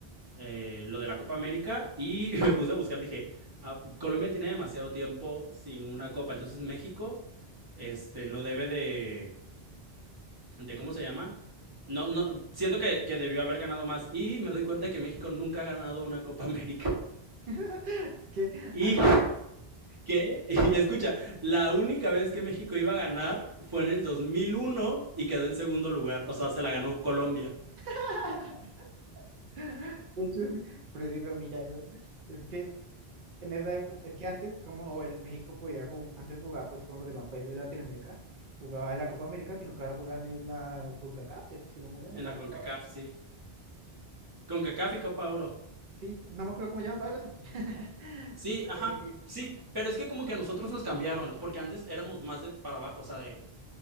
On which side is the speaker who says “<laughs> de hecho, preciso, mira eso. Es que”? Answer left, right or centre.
Right